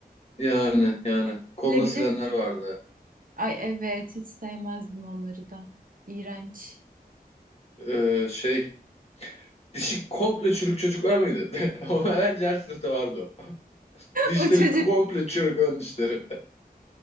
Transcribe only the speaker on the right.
<laughs>
Silebilirsin.
Ay evet hiç sevmezdim onları da. İğrenç. <laughs>
O çocuk,